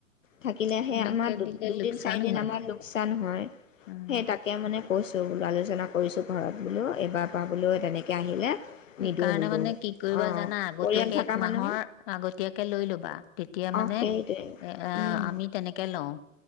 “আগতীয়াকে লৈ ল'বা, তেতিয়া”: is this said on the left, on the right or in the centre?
Left